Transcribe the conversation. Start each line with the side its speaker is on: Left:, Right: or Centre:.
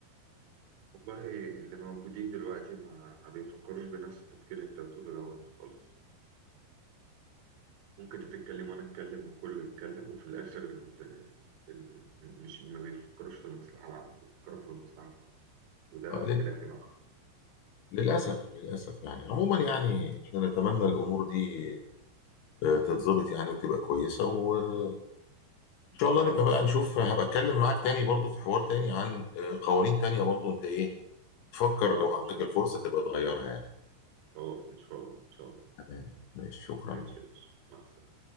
Right: والله اللي موجودين دلوقتي ما ما بيفكروش بنفس التفكير اللي انت بتقوله دوت خالص يعني ممكن انت تتكلم وانا اتكلم وكله يتكلم وفي الاخر ال... ال... مش ما بيفكروش في المصلحه العامه بيفكروا في المصلحه الخاصه وده
Left: آه،
Right: اختلافي
Left: لل-
Right: معاك
Left: للاسف للاسف يعني عموما يعني احنا نتمنى الامور دي آه، تتظبط يعني وتبقى كويسة وإن شاء الله نبقى بقى نشوف هبقى أتكلم معاك تاني برضو في حوار تاني عن آه، قوانين تانية برضو أنت إيه تفكر
Right: خلاص
Left: لو عندك
Right: ان شاء
Left: الفرصة
Right: الله
Left: تبقى تغيرها يعني
Right: خلاص ان شاء الله ان شاء الله
Left: تمام ماشي شكرا
Right: ماشي يا باشا مع السلامه